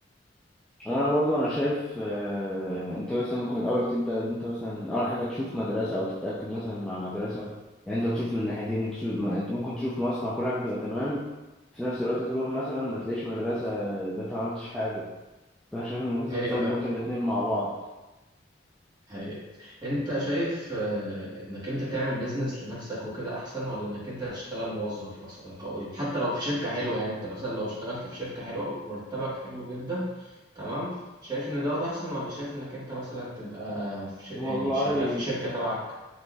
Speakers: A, in the centre; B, on the right.
A: وانا برضو انا شايف آه، انت مثلا ممكن الاول تبدا ان انت مثلا اول حاجه تشوف مدرسه او تتاكد مثلا مع مدرسه يعني انت تشوف من ناحيتين تشوف ما- انت ممكن تشوف مصنع كل حاجه تبقى تمام في نفس الوقت تروح مثلا ما تلاقيش مدرسه يبقى انت ما عملتش حاجه فانا شايف انك لازم
B: هي
A: تظبط الاتنين مع بعض
B: حقيقة انت شايف آه، انك انت تعمل بيزنس لنفسك وكده احسن ولا انك انت تشتغل موظف مثلا او حتى لو في شركة حلوة يعني انت مثلا لو اشتغلت في شركة حلوة ومرتبك حلو جدا تمام شايف ان دوت احسن ولا شايف انك انت مثلا تبقى في ش... يعني
A: والله
B: شغال في شركة تبعك